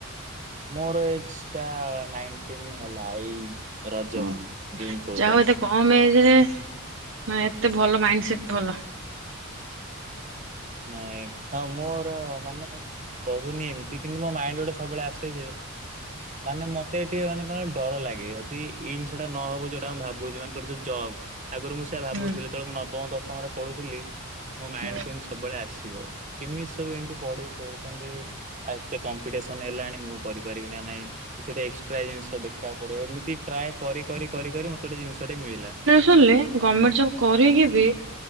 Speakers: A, on the right; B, on the right.
A: ମୋର ଏଜ ଟା ନାଇଣ୍ଟିନ୍ ହେଲା ଏଇ ରଜକୁ
B: ଓହୋ
A: ଜୁନ ଚଉଦ
B: ଯାହା ହଉ ଏତେ କମ ଏଜରେ ମାନେ ଏତେ ଭଲ ମାଇଣ୍ଡ ସେଟ୍ ଭଲ।
A: ନାଇ କ ହଁ ମୋର ମାନେ କହୁନି ଏମିତି କିନ୍ତୁ ମୋ ମାଇଣ୍ଡ ଗୋଟେ ସବୁବେଳେ ଆସେ ଯେ ମାନେ ମତେ ଏଠି ଟିକେ ମାନେ କଣ ଡର ଲାଗେ ଯଦି ଏଇ ଜିନିଷଟା ନହବ ଯୋଉଟା ମୁଁ ଭାବୁଛି ମାନଙ୍କର ଯୋଉ ଜବ୍ ଆଗରୁ ମୁଁ ସେଇଆ ଭାବୁଥିଲି
B: ହୁଁ
A: ଯେତେବେଳେ ମୁଁ ନବମ ଦଶମରେ ପଢୁଥିଲି ମୋ ମାଇଣ୍ଡ
B: ହୁଁ
A: କୁ ଏମିତି ସ ସବୁବେଳେ ଆସିବ କେମିତି ସବୁ ଏମତି ପଢିକି କରୁଛନ୍ତି। ଆଉ ଏତେ କମ୍ପିଟିସନ ହେଲାଣି ମୁଁ କରିପାରିବି ନା ନାଇଁ କିଛି ଗୋଟେ ଏକ୍ସଟ୍ରା ଜିନିଷ ଦେଖିବାକୁ ପଡିବ ଏମିତି ଟ୍ରାଏ କରି କରି କରି କରି ମତେ ଗୋଟେ ଜିନିଷ ଟେ ମିଳିଲା।
B: ହେଲେ ଗର୍ମେଣ୍ଟ ଜବ କରିକି ବି